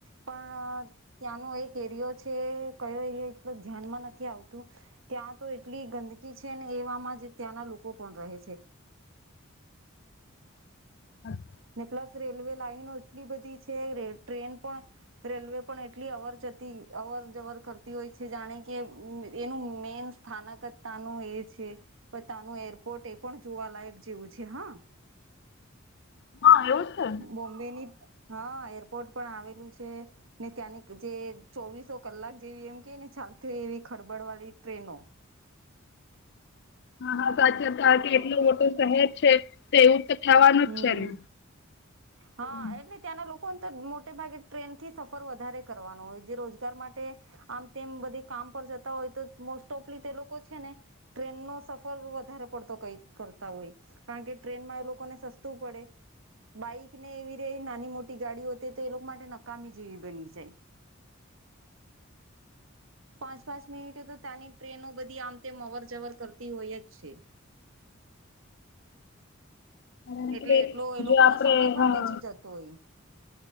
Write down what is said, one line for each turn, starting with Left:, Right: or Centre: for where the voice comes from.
Right: પણ ત્યાંનો એક એરિયો છે, કયો એરયો એટલો ધ્યાનમાં નથી આવતું. ત્યાં તો એટલી ગંદકી છેને, એવામાં જ ત્યાંના લોકો પણ રહે છે.
Left: <inaudible>
Right: ને પ્લસ રેલવે લાઈનો એટલી બધી છે, રે ટ્રેન પણ રેલવે પણ એટલી અવર જતી, અવર જવર કરતી હોય છે, જાણે કે એ એનું મેન સ્થાનક જ તાનું એ છે, પહિ તાનું એરપોર્ટ એ પણ જોવાલાયક જેવું છે હા.
Left: હા એવું છે.
Right: બોમ્બેની, હા એરપોર્ટ પણ આવેલું છે. ને ત્યાંની જે ચોવીસો કલાક જેવી એમ કેય ને ચાલતી હોય, એવી ખળબડ વાળી ટ્રેનો.
Left: હા હા સાચે તા કેટલુ મોટુ શહેર છે. તો એવું તો થવાનું
Right: હમ
Left: જ છે ને,
Right: હા
Left: હમ્મ.
Right: એટલે ત્યાંના લોકોને તો મોટે ભાગે ટ્રેનથી સફર વધારે કરવાનો હોય, જે રોજગાર માટે આમ તેમ બધી કામ પર જતા હોયતો, મોસ્ટ ઓફલી તે લોકો છે ને ટ્રેનનો સફર વધારે પડતો કઈ કરતા હોય, કારણકે ટ્રેનમાં એ લો કોને સસ્તું પડે. બાઈકને એવી રેય નાની મોટી ગાડીઓ તે તો એ લોકો માટે નકામી જેવી બની જાય. પાંચ પાંચ મિનિટે તો ત્યાંની ટ્રેનો બધી આમ તેમ અવર જવર કરતી હોય જ છે.
Left: કારણ
Right: એટલે
Left: કે
Right: એટલો એ લોકો
Left: જો આપડે
Right: નો સમય પણ
Left: હા
Right: બચી જતો હોય.